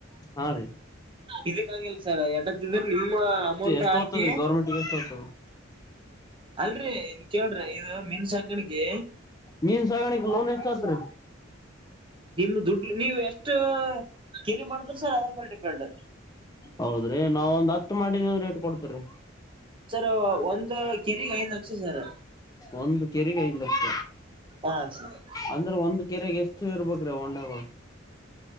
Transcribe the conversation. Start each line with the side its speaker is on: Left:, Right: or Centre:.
Left: ಹಾ ರೀ.
Right: ಇದಕ್ಕಂಗಿಲ್ಲ ಸರ್ ಎಡತ್ತಿದ್ರ ನಿಮ್ಮ ಅಮೌಂಟ್.
Left: ಎಷ್ಟ
Right: ಹಾಕಿ
Left: ಹೋಗ್ತೇತಿ ಗೌರ್ಮಂಟ್ಗೆ ಎಷ್ಟ ಹೋಗ್ತದ.
Right: ಅಲ್ರರಿ ಇನ್ ಕೇಳ್ರಿ ಇದು ಮೀನ್ ಸಾಕಣಿಗೆ
Left: ಮೀನ್ ಸಗಾಣಕ್ಕೆ ಲೋನ್ ಎಷ್ಟ ಆಯ್ತ್ರಿ.
Right: ನಿಮ ದುಡ್ ನೀವು ಎಷ್ಟು ಕೆರಿ ಮಾಡಿದ್ರ ಸರ್ ಅದ್ರ ಮೇಲೆ ಡಿಪೆಂಡ್.
Left: ಹೌದ್ರಿ ನಾವ ಒಂದ್ ಹತ್ತು ಮಾಡಿದ್ವಿ ಅಂದ್ರ ಎಷ್ಟ ಕೊಡ್ತರಿ.
Right: ಸರ್ ಒಂದು ಕೆರೆಗ್ ಐದ್ ಲಕ್ಷ ಸರ್.
Left: ಒಂದು ಕೆರೆಗೆ. ಐದ ಲಕ್ಷ
Right: ಹಾ ಸರ್
Left: ಅಂದ್ರೆ ಒಂದು ಕೆರೆಗೆ ಎಷ್ಟು ಇರ್ಬೇಕ್ರಿ ಹೊಂಡಾಗ.